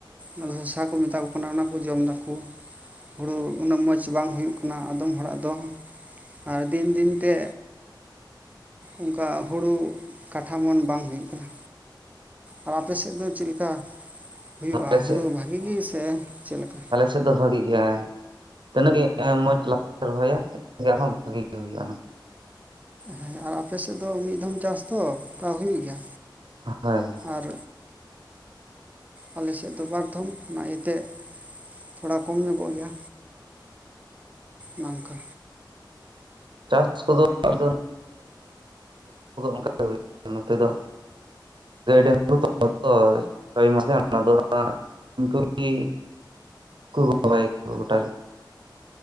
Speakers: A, on the right; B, on the right.
A: ᱚᱱᱟ ᱫᱷᱚᱥᱟ ᱠᱚ ᱢᱮᱛᱟ ᱠᱚ ᱠᱟᱱᱟ ᱚᱱᱟ ᱠᱩ ᱡᱚᱢ ᱫᱟᱠᱩ᱾ ᱦᱩᱲᱩ ᱩᱱᱟᱹᱜ ᱢᱚᱡᱽ ᱵᱟᱝ ᱦᱩᱭᱩᱜ ᱠᱟᱱᱟ ᱟᱫᱚᱢ ᱦᱚᱲᱟᱜ ᱫᱚ᱾ ᱟᱨ ᱫᱤᱱ ᱫᱤᱱ ᱛᱮ ᱩᱝᱠᱟ ᱦᱩᱲᱩ ᱠᱟᱴᱷᱟ ᱢᱚᱱ ᱵᱟᱝ ᱦᱩᱭᱩᱜ ᱠᱟᱱᱟ, ᱟᱨ ᱟᱯᱮ ᱥᱮᱜ ᱫᱚ ᱪᱤᱜ ᱞᱮᱠᱟ? ᱦᱩᱭᱩᱜᱼᱟ
B: ᱟᱞᱮ
A: ᱦᱩᱲᱩ ᱵᱷᱟᱜᱤ ᱜᱮ ᱥᱮ ᱪᱮᱜ ᱞᱮᱠᱟ?
B: ᱥᱮᱜ ᱫᱚ ᱵᱷᱟᱜᱤ ᱜᱮ ᱦᱮᱸ, ᱛᱤᱱᱟᱹᱜ ᱜᱮ ᱢᱚᱸᱡᱽ ᱞᱮ ᱨᱚᱦᱚᱭᱟ ᱤᱱᱟᱹᱜ ᱟᱨ ᱦᱚᱸ ᱵᱷᱟᱜᱤ ᱜᱮ ᱦᱩᱭᱩᱜ-ᱟ ᱚᱱᱟ᱾
A: ᱦᱮᱸ ᱟᱨ ᱟᱯᱮ ᱥᱮᱜ ᱫᱚ ᱢᱤᱫ ᱫᱷᱚᱢ ᱪᱟᱥ ᱛᱚ ᱛᱟᱣ ᱦᱩᱭᱩᱜ ᱜᱮᱭᱟ᱾
B: ᱟ ᱦᱳᱭ᱾
A: ᱟᱨ ᱟᱞᱮ ᱥᱮᱜ ᱫᱚ ᱵᱟᱨ ᱫᱷᱚᱢ ᱚᱱᱟ ᱤᱭᱟᱹ ᱛᱮ᱾ ᱛᱷᱚᱲᱟ ᱠᱚᱢ ᱧᱚᱜᱚᱜ ᱜᱮᱭᱟ ᱱᱟᱝᱠᱟ᱾
B: ᱪᱟᱥ ᱠᱚᱫᱚ ᱟᱫᱚ <inaudible> ᱱᱚᱛᱮ ᱫᱚ᱾ ᱜᱟᱹᱭ ᱰᱟᱹᱝᱨᱤ ᱦᱚᱸ <inaudible> ᱩᱱᱠᱩ ᱜᱤ ᱠᱩ, ᱨᱚᱦᱚᱭᱟᱹᱠᱩ ᱜᱚᱴᱟ ᱜᱮ᱾